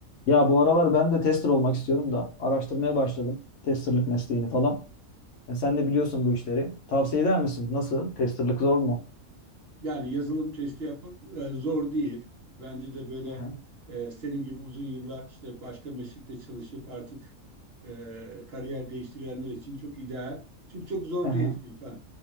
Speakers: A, on the left; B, on the right.
A: Ya bu aralar ben de tester olmak istiyorum da araştırmaya başladım testerlık mesleğini falan. E, sen de biliyorsun bu işleri. Tavsiye eder misin? Nasıl? Testerlık zor mu?
B: Yani yazılım testi yapmak e, zor değil. Bence de böyle
A: Hı hı.
B: e, senin gibi uzun yıllar işte başka meslekte çalışıp artık e, kariyer değiştirenler için çok ideal. Çünkü çok zor
A: Hı hı.
B: değil İrfan.